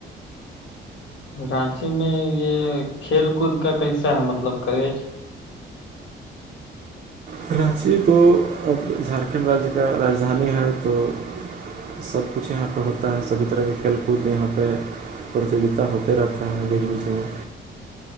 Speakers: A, on the left; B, on the right.
A: رانچی میں یہ کھیل کود کا کیسا ہے مطلب کریج
B: کراچی تو اب جھارکھنڈ راجیہ کا راجدھانی ہے تو سب کچھ یہاں پہ ہوتا ہے سبھی طرح کے کھیل کود یہاں پہ پرتیوگتا ہوتے رہتا ہیں گریجویشن میں